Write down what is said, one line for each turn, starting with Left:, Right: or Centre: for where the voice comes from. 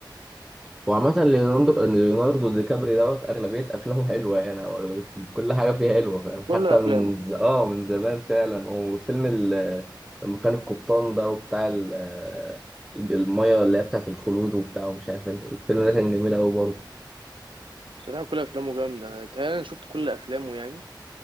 Centre: وعامة ليوناردو ليوناردو دي كابري دوت أغلبية أفلامه حلوة يعني أو أغلبية كل حاجة فيها حلوة فاهم
Right: كل
Centre: حتى
Right: افلامه
Centre: من ز... آه من زمان فعلا وفيلم ال... لما كان القبطان ده وبتاع ال... المية اللي هي بتاعة الخلود وبتاع ومش عارف إيه. الفيلم ده كان جميل أوي برضه
Right: بصراحة كل أفلامه جامدة تهيألي أنا شفت كل أفلامه يعني